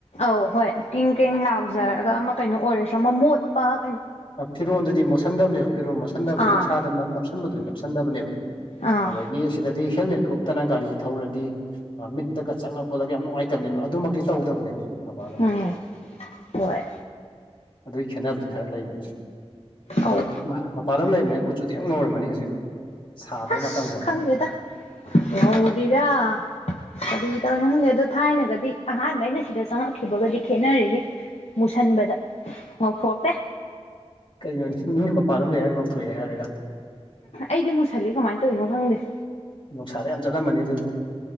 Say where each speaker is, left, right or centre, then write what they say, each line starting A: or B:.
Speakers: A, on the left (about 80°); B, on the left (about 55°).
A: ꯑꯧ ꯍꯣꯏ ꯀꯦꯡ ꯀꯦꯡ ꯂꯥꯎꯖꯔꯒ ꯑꯃ ꯀꯩꯅꯣ ꯑꯣꯏꯔꯁꯨ ꯑꯃ ꯃ‌ꯣꯠꯄ
B: ꯐꯤꯔꯣꯜꯗꯨꯗꯤ ꯃꯣꯠꯁꯤꯟꯗꯕꯅꯦꯕ ꯐꯤꯔꯣꯜ ꯃꯣꯠꯁꯟꯗꯕꯅꯤ
A: ꯑꯥ
B: ꯏꯁꯥꯗ ꯅꯞ ꯅꯞꯁꯟꯕꯗꯨꯗꯤ ꯅꯞꯁꯟꯗꯕꯅꯦꯕ
A: ꯑꯥ
B: ꯑꯗꯒꯤ ꯁꯤꯗꯗꯤ ꯍꯦꯜꯃꯦꯠꯈꯛ ꯎꯞꯇꯅ ꯒꯥꯔꯤ ꯊꯧꯔꯗꯤ ꯃꯤꯠꯇꯒ ꯆꯪꯉ ꯈꯣꯠꯂꯒ ꯌꯥꯝ ꯅꯨꯡꯉꯥꯏꯇꯕꯅꯦꯕ ꯑꯗꯨꯃꯛꯇꯤ ꯇꯧꯗꯕꯅꯦꯕ ꯃꯄꯥꯟꯂꯣꯝꯗꯗꯤ
A: ꯎꯝ ꯍꯣꯏ
B: ꯑꯗꯨꯏ ꯈꯦꯠꯅꯕꯗꯤ ꯈꯔ ꯂꯩꯕꯅꯤ
A: ꯑꯧ
B: ꯑꯗ ꯃꯄꯥꯟꯂꯝ ꯂꯩꯕꯅꯤꯅ ꯀꯨꯆꯨꯗꯤ ꯌꯥꯝ ꯉꯧꯔꯝꯃꯅꯤ ꯍꯧꯖꯤꯛ ꯁꯥꯕꯒ
A: ꯑꯁ
B: ꯃꯇꯝꯒ ꯑꯣꯏꯔꯦ
A: ꯈꯪꯗ‌‌ꯦꯗ ꯉꯧꯔꯤꯔꯥ ꯀꯔꯤꯗꯤ ꯇꯧꯋꯤꯅ‌ꯣ ꯈꯪꯗꯦ ꯑꯗꯣ ꯊꯥꯏꯅꯒꯗꯤ ꯑꯍꯥꯟꯕ ꯑꯩꯅ ꯁꯤꯗ ꯆꯪꯉꯛꯈꯤꯕꯒꯗꯤ ꯈꯦꯠꯅꯔ‌ꯦꯍ‌ꯦ ꯃꯨꯁꯟꯕꯗ ꯉꯧꯊꯣꯛꯔꯛꯇꯦ
B: ꯀꯩꯅꯣꯅꯤ ꯃꯤ ꯃꯄꯥꯟꯂꯣꯝ ꯂꯩꯔ ꯉꯧꯊꯣꯛꯑꯦ ꯍꯥꯏꯔꯒ
A: ꯑꯩꯗꯤ ꯃꯨꯁꯜꯂꯤ ꯀꯃꯥꯏꯅ ꯇꯧꯔꯤꯅꯣ ꯈꯪꯗꯦ
B: ꯅꯨꯡꯁꯥꯗ ꯌꯥꯝ ꯆꯠꯂꯝꯃꯅꯤ ꯗꯨꯗꯤ